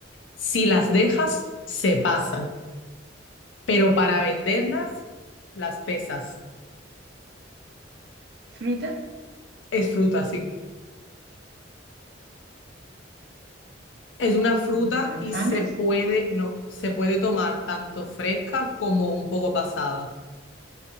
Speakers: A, on the left (about 75°); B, on the right (about 60°).
A: Si las dejas, se pasan, pero para venderlas, las pesas.
B: ¿Fruta?
A: Es fruta, sí. Es una fruta
B: Mm, ¿Manzanas?
A: y se puede, no, se puede tomar tanto fresca como un poco pasada,